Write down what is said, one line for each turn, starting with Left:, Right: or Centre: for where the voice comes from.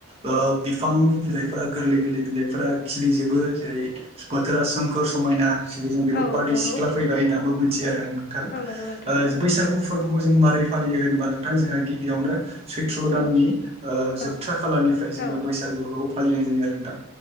Right: ओ बिफांनि बिलाइफोरा गोरलै गोरलै बिलाइफोरा खिलिजोबो जेरै बोथोरा सोमखोर समायना जों बेखौ
Left: औ
Right: बारदै
Left: नंगौ
Right: सिख्ला फैबाय होननानै मिथियो आरो नोंथां
Left: औ नंगौ नोंथां
Right: ओ बैसागु फोरबोखौ जों मारै फायो होनबा नोंथां जोंहा गिबियावनो सैथ्र दाननि
Left: औ
Right: ओ जोबथा
Left: औ
Right: खालारनिफ्राय जोङो
Left: औ
Right: बैसागुखौ फालिनाय जायो आरो नोंथां।